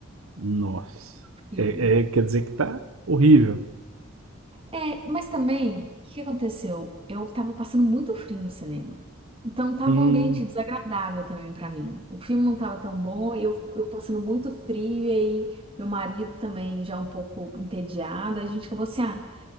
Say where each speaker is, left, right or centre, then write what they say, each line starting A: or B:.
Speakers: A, on the right (about 80°); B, on the right (about 25°).
A: Nossa.
B: o filme.
A: É, é, quer dizer que tá horrível.
B: É, mas também, o que aconteceu? Eu tava passando muito frio no cinema. Então tava
A: Hum.
B: um ambiente desagradável também pra mim. O filme não tava tão bom, eu, eu passando muito frio, e aí meu marido também já um pouco entediado, a gente acabou assim, ah,